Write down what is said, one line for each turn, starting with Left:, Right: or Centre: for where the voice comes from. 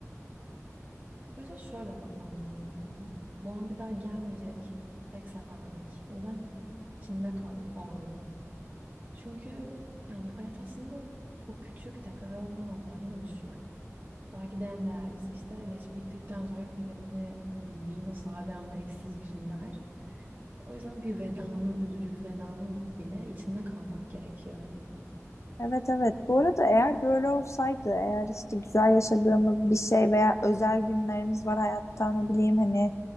Right: O yüzden şöyle bakmam lazım yani. Bu an bir daha gelmeyecek. Tek seferlik. O yüzden içinde kal o anın. Çünkü yani hayat aslında o küçük tekrar olmayan anlardan oluşuyor. Belki de en değerlisi işte geçip gittikten sonra kıymetini bildiğin o sade ama eşsiz günler. O yüzden bir vedanın, üzücü bir vedanın bile içinde kalmak gerekiyor hani.
Left: Evet evet. Bu arada eğer böyle olsaydı, eğer işte güzel yaşadığımız bir şey veya özel günlerimiz var hayatta ne bileyim hani